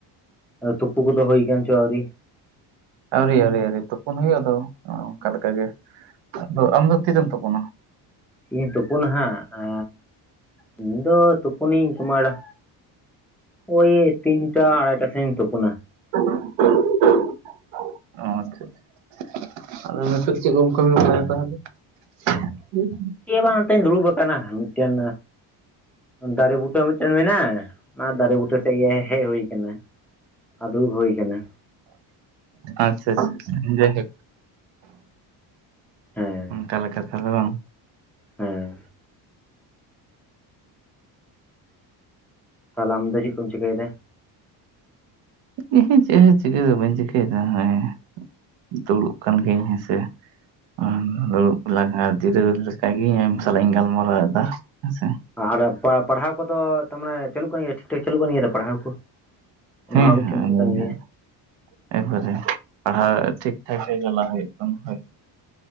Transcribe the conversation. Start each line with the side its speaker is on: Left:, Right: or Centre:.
Centre: ᱛᱩᱯᱩ ᱠᱚᱫᱚ ᱦᱩᱭ ᱠᱟᱱ ᱪᱚ ᱟᱹᱣᱨᱤ?
Right: ᱟᱹᱣᱨᱤ ᱟᱹᱣᱨᱤ ᱟᱹᱣᱨᱤ ᱛᱩᱯᱚᱱ ᱦᱩᱭᱩᱜ-ᱟ ᱟᱫᱚ ᱚᱱᱠᱟ ᱞᱮᱠᱟᱜᱮ ᱟᱫᱚ ᱟᱢ ᱫᱚ ᱛᱤᱨᱮᱢ ᱛᱩᱯᱩᱱᱟ?
Centre: ᱤᱧ ᱛᱩᱯᱩᱱᱟ ᱦᱟᱸᱜ ᱟ ᱤᱧ ᱫᱚ ᱛᱩᱯᱩᱱᱤᱧ ᱠᱩᱢᱟᱲᱟ ᱳᱭ ᱛᱤᱱᱴᱟ ᱟᱲᱟᱭᱴᱟ ᱥᱮᱜ ᱤᱧ ᱛᱚᱯᱩᱱᱟ᱾
Right: <unintelligible> ᱚᱻ ᱟᱪᱪᱷᱟ ᱟᱪᱪᱷᱟ᱾ ᱟᱫᱚ ᱱᱤᱛᱚᱜ ᱪᱮᱜ ᱠᱚᱢ ᱠᱟᱹᱢᱤ ᱵᱟᱲᱟᱭᱮᱫᱟ? <unintelligible>
Centre: ᱪᱮᱜ ᱦᱚᱸ ᱵᱟᱝ ᱚᱱᱛᱮᱧ ᱫᱩᱲᱩᱵ ᱟᱠᱟᱱᱟ ᱢᱤᱜᱴᱮᱱ ᱫᱟᱨᱮ ᱵᱩᱴᱟᱹ ᱢᱤᱜᱴᱮᱱ ᱢᱮᱱᱟᱜ-ᱟ᱾ ᱦᱮᱸ ᱚᱱᱟ ᱫᱟᱨᱮ ᱵᱩᱴᱟᱹ ᱥᱮᱜ ᱜᱮ ᱦᱮᱡ ᱦᱩᱭ ᱠᱟᱱᱟ ᱟ ᱫᱩᱲᱩᱵ ᱦᱩᱭ ᱠᱟᱱᱟ᱾
Right: ᱟᱪᱪᱷᱟ ᱟᱪᱪᱷᱟ ᱟᱪᱪᱷᱟ ᱡᱟᱜᱮ
Centre: ᱦᱮᱸ
Right: ᱚᱱᱠᱟ ᱞᱮᱠᱟᱛᱮ ᱛᱟᱦᱚᱞᱮ ᱵᱟᱝ
Centre: ᱦᱮᱸ᱾ ᱛᱟᱦᱚᱞᱮ ᱟᱢ ᱫᱚ ᱪᱤᱜ ᱠᱚᱢ ᱪᱤᱠᱟᱹᱭᱮᱫᱟ?
Right: ᱩᱦᱩ ᱪᱮᱜ ᱦᱚᱸ ᱪᱤᱠᱟᱹᱭ ᱫᱚ ᱵᱟᱹᱧ ᱪᱤᱠᱟᱹᱭᱮᱫᱟ ᱦᱮᱸ ᱫᱩᱲᱩᱵ ᱠᱟᱱ ᱜᱮ ᱦᱮᱸᱥᱮ᱾ ᱟᱨ ᱫᱩᱲᱩᱵ ᱞᱟᱦᱟ ᱡᱤᱨᱟᱹ ᱞᱮᱠᱟᱜᱤᱧ ᱟᱢ ᱥᱟᱞᱟᱜ ᱤᱧ ᱜᱟᱞᱢᱟᱨᱟᱣ ᱮᱫᱟ ᱦᱮᱸᱥᱮ᱾
Centre: ᱟᱨ ᱯᱟᱲ ᱯᱟᱲᱦᱟᱣ ᱠᱚᱫᱚ ᱛᱟᱢᱟᱱᱮ ᱪᱟᱞᱩᱜ ᱠᱟᱱ ᱜᱮᱭᱟ ᱴᱷᱤᱠ ᱴᱷᱟᱠ ᱪᱟᱹᱞᱩᱜ ᱠᱟᱱ ᱜᱮᱭᱟ ᱛᱚ ᱯᱟᱲᱦᱟᱣ ᱠᱚ? ᱚᱱᱟ
Right: ᱦᱮᱸ
Centre: ᱦᱚᱸ ᱢᱤᱫᱴᱮᱱ ᱤᱭᱟᱹ
Right: <unintelligible>
Centre: ᱠᱟᱱ ᱜᱮᱭᱟ
Right: ᱮᱠᱵᱟᱨᱮ ᱯᱟᱲᱦᱟᱣ ᱴᱷᱤᱠ ᱴᱷᱟᱠ ᱜᱤ ᱪᱟᱞᱟ ᱦᱩᱭᱩᱜ ᱠᱟᱱᱟ ᱦᱚᱭ᱾